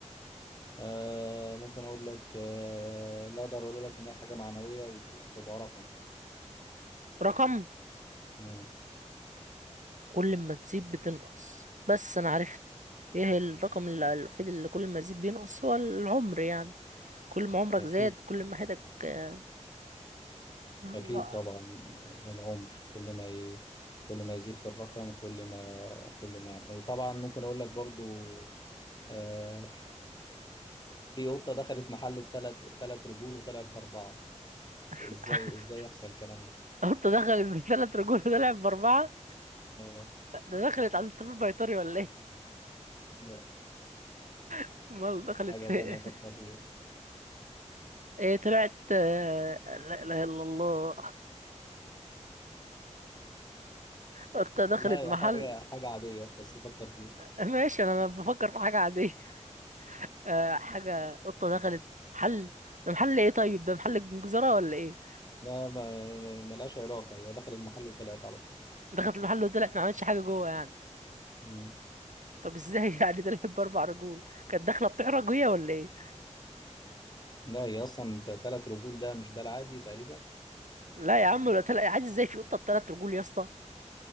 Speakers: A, on the left; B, on the right.
A: آه ممكن أقول لك آه لا أقدر أقول لك إن هي حاجة معنوية وبتبقى رقم
B: رقم
A: امم
B: كل ما تزيد بتنقص بس أنا عرفت ايه الرقم ال- الوحيد اللي كل ما يزيد بينقص هو العمر يعني كل ما عمرك
A: أكيد
B: زاد كل ما حياتك آه، الله
A: أكيد طبعا آه، العمر كل ما ي... كل ما يزيد في الرقم كل ما كل ما وطبعا ممكن أقول لك برضو آه، في قطة دخلت محل بثلاث ثلاث رجول وطلعت بأربعة إزاي
B: <laughs>
A: إزاي يحصل الكلام ده؟
B: قط دخلت من ثلاث رجول طلعت بأربعة
A: آه،
B: ده دخلت على الطبيب بيطري ولا ايه؟
A: لا،
B: <laughs> امال
A: <laughs>
B: دخلت
A: حاجة
B: في
A: تانية
B: ايه؟
A: فكر فيها
B: إيه طلعت آه، لا إله إلا الله قطة دخلت
A: لا
B: محل
A: يا حاجة حاجة عادية بس فكر فيها
B: ماشي أنا بفكر في حاجة عادية <laughs> آه، حاجة قطة دخلت محل ده محل ايه طيب؟ ده محل جزرة ولا ايه؟
A: لا ما ما- ملهاش علاقة هي دخلت محل وطلعت على طول
B: دخلت المحل وطلعت ما عملتش حاجة جوه يعني
A: مم.
B: طب ازاي <laughs> يعني طلعت بأربع رجول؟ كانت داخلة بتحرج هي ولا ايه؟
A: لا هي أصلا ثلاث رجول ده مش ده العادي تقريبا
B: لا يا عم ولا طلع عادي ازاي في قطة بثلاث رجول يا اسطى؟